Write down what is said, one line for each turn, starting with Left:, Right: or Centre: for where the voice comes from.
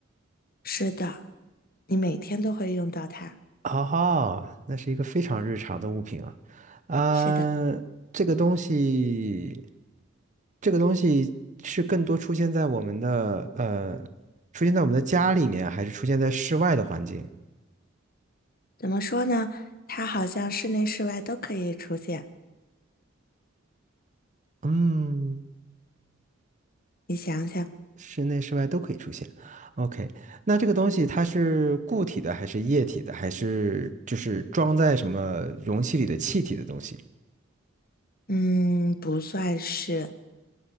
Left: 是的，你每天都会用到它。
Right: 哦，那是一个非常日常的物品啊。啊，
Left: 是的，
Right: 这个东西。这个东西是更多出现在我们的呃，出现在我们的家里面，还是出现在室外的环境？
Left: 怎么说呢？它好像室内室外都可以出现。
Right: 嗯，
Left: 你想想，
Right: 室内室外都可以出现。OK，那这个东西它是固体的，还是液体的，还是就是装在什么容器里的气体的东西？
Left: 嗯，不算是，